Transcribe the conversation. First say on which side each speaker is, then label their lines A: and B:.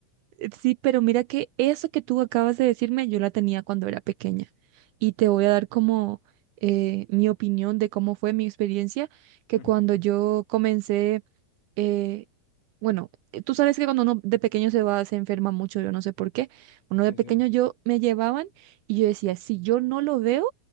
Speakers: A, on the right; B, on the left.
A: eh, sí, pero mira que eso que tú acabas de decirme, yo la tenía cuando era pequeña, y te voy a dar como eh, mi opinión de cómo fue mi experiencia, que
B: Ujú.
A: cuando yo comencé eh, bueno, eh, tú sabes que cuando uno de pequeño se va, se enferma mucho, yo no sé por qué. Uno
B: Sí,
A: de pequeño
B: sí.
A: yo me llevaban y yo decía, si yo no lo veo,